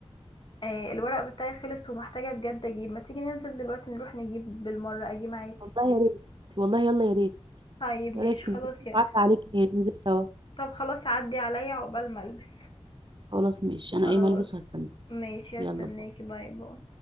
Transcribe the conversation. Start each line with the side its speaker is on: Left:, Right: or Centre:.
Left: آه، الورق بتاعي خلص ومحتاجة بجد اجيب ما تيجي ننزل دلوقتي نروح نجيب بالمرة اجي معاكي
Right: والله يا ريت والله يلا يا ريت
Left: طيب ماشي
Right: ايه رايك تيجي؟
Left: خلاص يلا
Right: بعد عليك ننزل سوا
Left: طب خلاص عدي عليا عقبال ما البس
Right: خلاص ماشي انا
Left: خلاص
Right: ايه ملبس وهستنى
Left: ماشي
Right: يلا
Left: استناكي
Right: باي
Left: باي باي